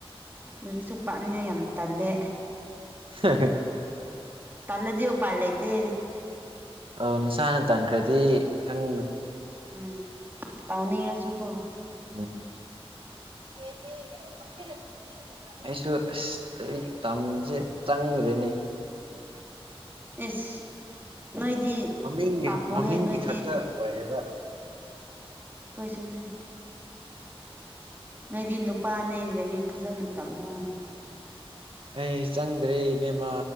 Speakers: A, on the right; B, on the right.
A: ꯂꯔꯤꯛꯁꯨ ꯄꯥꯅꯤꯡꯉꯥꯏ ꯌꯥꯝ ꯇꯜꯂꯦ
B: ꯍꯍ
A: ꯇꯜꯂꯗꯤ ꯎꯄꯥꯏ ꯂꯩꯇꯦ
B: ꯑ ꯅꯁꯥꯅ ꯇꯟꯈ꯭ꯔꯗꯤ ꯈꯪ
A: ꯎꯝ ꯇꯥꯎꯅꯤꯡꯔꯁꯨ ꯀꯣ
B: ꯎꯝ <unintelligible> ꯑꯩꯁꯨ ꯑꯁ ꯂꯩꯔꯤꯛ ꯇꯝꯖꯦ ꯆꯪꯗ꯭ꯔꯦꯅꯦ
A: ꯏꯁ ꯅꯣꯏꯗꯤ
B: ꯃꯃꯤꯡꯒꯤ
A: ꯇꯝꯃꯣꯍꯦ
B: ꯃꯃꯤꯡꯒꯤ
A: ꯅꯣꯏꯗꯤ
B: ꯈꯛꯇ ꯑꯣꯏꯔꯦꯕ <unintelligible>
A: ꯍꯣꯏꯁꯟꯅꯦ ꯅꯣꯏꯗꯤ ꯅꯨꯄꯥꯅꯦ ꯂꯩꯔꯤꯛ ꯐꯖꯅ ꯇꯝꯃꯣ
B: ꯑꯩ ꯆꯪꯗ꯭ꯔꯦ ꯏꯕꯦꯝꯃꯥ